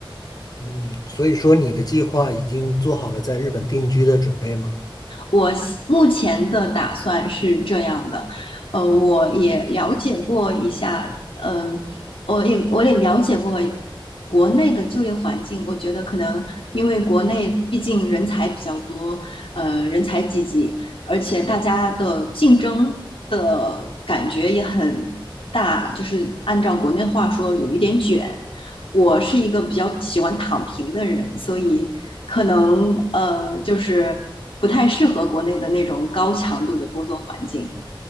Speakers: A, on the left; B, on the left.
A: 嗯，所以说你的计划已经做好了在日本定居的准备吗？
B: 我目前的打算是这样的，呃，我也了解过一下，呃，我也我也了解过国内的就业环境，我觉得可能因为国内毕竟人才比较多，呃，人才济济，而且大家的竞争的感觉也很大，就是按照国内话说，有一点卷。我是一个比较喜欢躺平的人，所以可能呃就是不太适合国内的那种高强度的工作环境。